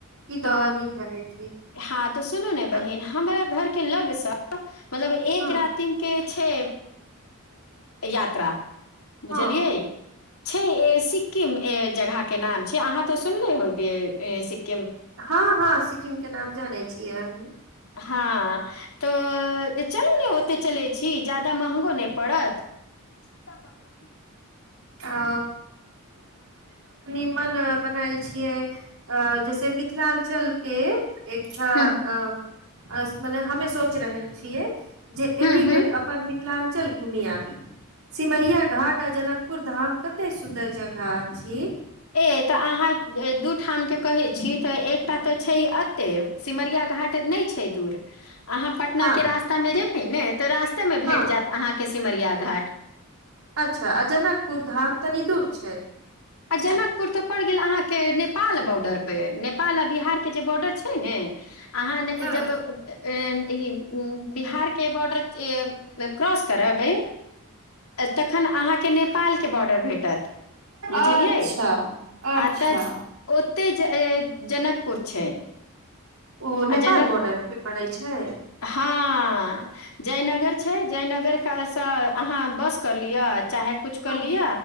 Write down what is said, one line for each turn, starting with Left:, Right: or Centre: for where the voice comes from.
Right: ई
Left: तो
Right: तऽ अहाँ नीक कहै छी
Left: हँ तऽ सुनू ने बहिन
Right: तऽ
Left: हमरा घर के लग सब मतलब एक
Right: हँ
Left: रातिम के छै यात्रा बुझलियै
Right: हँ
Left: छै सिक्किम ए जगह के नाम छै अहाँ तऽ सुनले होयबीअ सिक
Right: हां हां सिक्किम के नाम जानैय छियै हम
Left: हां तऽ चलू ने ओते चलै छी ज्यादा महंगों नै पड़त <unintelligible>
Right: अ मन बनायल छियै अ जैसे मिथिलाञ्चल के एकस्ट्रा
Left: हूँ
Right: अ मने हमे सोच रहल छियै जे एहि
Left: हूँ हूँ
Right: बेर अपन मिथिलाञ्चल घूमी आबी सिमरिया घाट आ जनक पुर धाम कते सुन्दर जगह अछि
Left: ए तऽ अहाँ दू ठामके कहै छी तऽ एकटा तऽ छै एते सिमरिया घाट नहि छै दूर अहाँ पटना
Right: हँ
Left: के रास्ता में जेबै ने तऽ रास ते में भेट
Right: हँ
Left: जायत अहाँ के सिमरिया घाट
Right: अच्छा आ जनकपुर धाम तनी दूर छै
Left: आ जनकपुर तो पड़ गेल अहाँ के नेपाल बॉर्डर पे नेपाल आ बिहार के जे बॉर्डर छै नहि ने अहाँ ने
Right: हँ
Left: जब ई इ बिहार के बॉर्डर ए क्रॉस करब बै तखन अहाँके नेपाल के बॉर्डर भेटत बुझलियै
Right: अच्छा अच्छा
Left: आ तऽ ओते ज ए जनकपुर छै
Right: ओ
Left: आ
Right: नेपाल
Left: जनकपुर
Right: बॉर्डर पे पड़ै छै
Left: हँ जयनगर छै जयनगर क सँ अहाँ बस करऽ लियअ चाहे कुछ
Right: हँ
Left: कऽ लिय